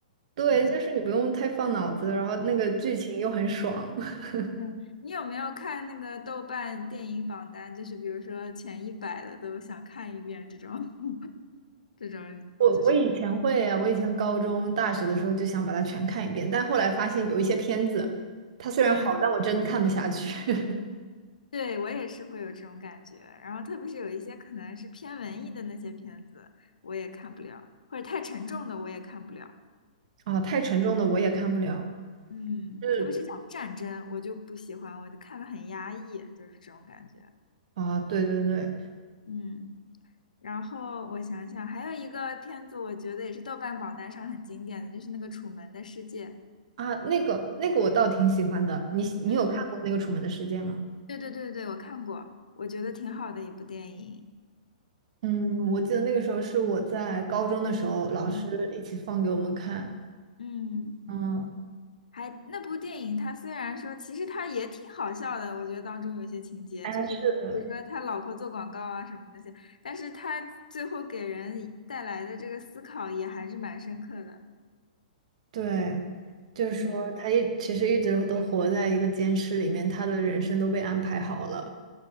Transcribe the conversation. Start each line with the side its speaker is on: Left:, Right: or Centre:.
Right: 对，
Left: 嗯
Right: 就是你不用太放脑子，然后那个剧情又很爽。<laughs>
Left: 嗯。你有没有看那个豆瓣电影榜单？就是比如说前一百的都想看一遍这种，<laughs> 这种
Right: 我我以前会呀，
Left: 就是，
Right: 我以前高中、大学的时候就想把它全看一遍，但后来发现有一些片子，它虽然好，
Left: 嗯，
Right: 但我真看不下去 <laughs>
Left: 对，我也是会有这种感觉。然后特别是有一些可能是偏文艺的那些片子，我也看不了，或者太沉重的我也看不了。
Right: 啊，太沉重的我也看不了。
Left: 嗯，
Right: 嗯，
Left: 特别是讲战争，我就不喜欢，我就看的很压抑，就是这种感觉。
Right: 啊，对对对，
Left: 嗯，然后我想想，还有一个片子，我觉得也是豆瓣榜单上很经典的，就是那个《楚门的世界》。
Right: 啊，那个那个我倒挺喜欢的，你喜你有看过那个《楚门的世界》吗？
Left: 嗯，对对对对，我看过，我觉得挺好的一部电影。
Right: 嗯，我记得那个时候是我在高中的时候，老师一起放给我们看。
Left: 嗯嗯，
Right: 嗯，
Left: 还那部电影，它虽然说其实它也挺好笑的，我觉得当中有些情节，
Right: 哎，
Left: 就是比如说他老婆做广告啊什么那些，
Right: 是。
Left: 但是他最后给人带来的这个思考也还是蛮深刻的。
Right: 对，就是说他一其实一直都活在一个监视里面，
Left: 嗯
Right: 他的人生都被安排好了，